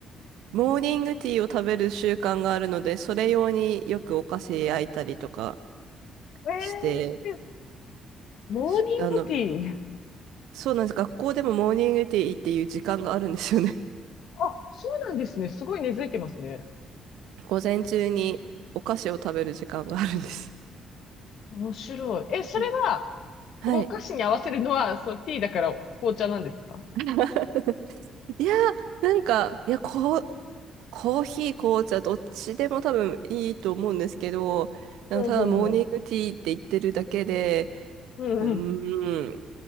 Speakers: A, on the right; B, on the left.
A: モーニングティーを食べる習慣があるので、それ用によくお菓子焼いたりとか
B: ええー
A: して、
B: モーニングティー。
A: すあの、そうなんです。学校でもモーニングティーっていう時間があるんですよね。
B: あ、そうなんですね。すごい根付いてますね。
A: <laughs> 午前中にお菓子を食べる時間があるんです。
B: 面白い。え、それは、
A: うんはい。
B: お菓子に合わせるのは、そう、ティーだから紅茶なんですか
A: <laughs> いやー、なんか、いや、こう、コーヒー、紅茶、どっちでも多分いいと思うんですけど、なんかただモーニングティーって言ってるだけで、
B: ほうほうほう。うんうん。
A: うーん、